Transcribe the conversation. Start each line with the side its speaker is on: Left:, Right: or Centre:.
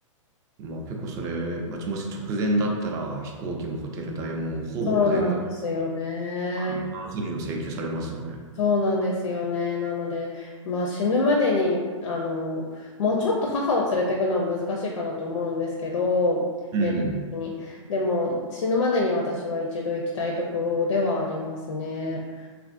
Right: まあ結構それ、まあ、もし直前だったら飛行機もホテル代もほぼ全額、
Left: そうなんですよね。
Right: あの、キャンセル料請求されますよね。
Left: そうなんですよね。なので、まあ死ぬまでに、あの、もうちょっと母を連れていくのは難しいかなと思うんですけど、
Right: うん。
Left: 年齢的に。でも死ぬまでに私は一度行きたいところではありますね。